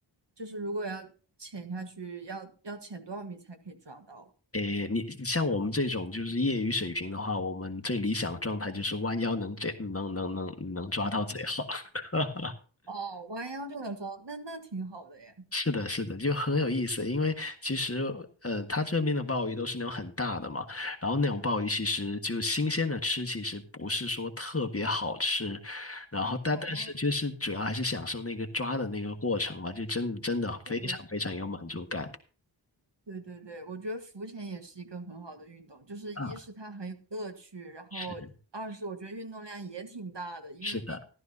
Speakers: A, on the right (about 65°); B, on the left (about 30°).
A: 就是，如果要潜下去，要要潜多少米才可以抓到？
B: 诶，你像我们这种就是业余水平的话，我们最理想的状态就是弯腰能最能能能能抓到最好。<laughs>
A: 哦，弯腰就能抓到那那挺好的耶。
B: 是的，是的，就很有意思。因为其实，呃，它这边的鲍鱼都是那种很大的嘛，然后那种鲍鱼其实就新鲜的吃，其实不是说特别好吃。然后但但是就是主要还是享受那个抓的那个过程嘛，
A: 哦，
B: 就真的真的非常非常有满足感。
A: 是的，是的。对对对，我觉得浮潜也是一个很好的运动，就是一是它很有乐趣，
B: 啊，
A: 然后二是我觉得运动量也挺大的，
B: 是
A: 因为，
B: 是的，